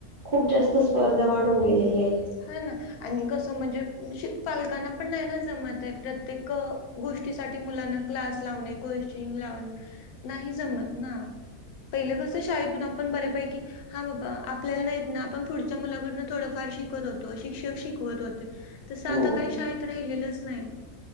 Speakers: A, on the right; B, on the left.
A: खूप जास्त स्पर्धा वाढून गेलेले आहे.
B: हा ना आणि कसं म्हणजे विष पालकांना पण नाही ना जमत आहे प्रत्येक गोष्टीसाठी मुलांना क्लास लावणे, कोचिंग लावणे नाही जमत ना. पहिले कसं शाळेतून आपण बऱ्याेपैकी हा बाबा आपल्याला नाही येत ना आपण पुढच्या मुलाकडूनं थोडंफार शिक कत होतो शिक्षक शिकवत होते तसं
A: हो
B: आता काय शाळेत राहिलेलंच नाय.